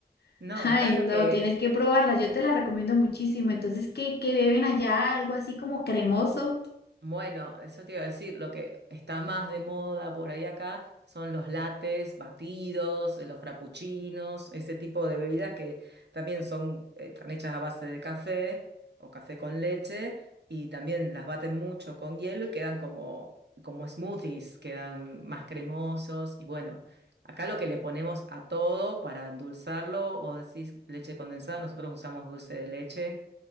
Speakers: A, on the left (about 70°); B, on the right (about 75°).
A: <laughs>
B: No,
A: Ay,
B: acá lo
A: no,
B: que
A: tienes que probarla, yo te la recomiendo muchísimo. Entonces, ¿qué, qué beben allá? Algo así como cremoso.
B: Bueno, eso te iba a decir, lo que está más de moda por ahí acá son los lates, batidos, los frappuccinos, ese tipo de bebidas que también son, eh, están hechas a base de café o café con leche y también las baten mucho con hielo y quedan como, como smoothies, quedan más cremosos y bueno, acá lo que le ponemos a todo para endulzarlo, vos decís leche condensada, nosotros usamos dulce de leche